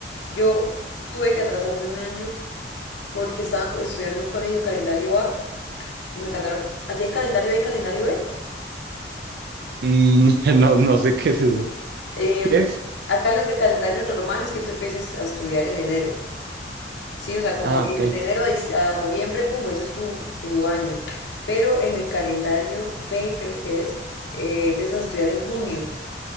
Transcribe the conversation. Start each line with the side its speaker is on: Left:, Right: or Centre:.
Left: Yo tuve que atrasarme un año porque estaba estudiando en un colegio calendario A y me cantaron, allá hay calendario A y calendario B.
Right: Mm, <laughs> no, no sé qué es eso.
Left: Em,
Right: ¿Qué es?
Left: acá los el calendario normal es que tú empieces a estudiar en enero. Sí, o sea, como
Right: Ah,
Left: en-
Right: ok.
Left: de enero a, dic- a noviembre, pum, ese es tu, tu año. Pero en el calendario B, creo que es, eh, empiezas a estudiar en junio.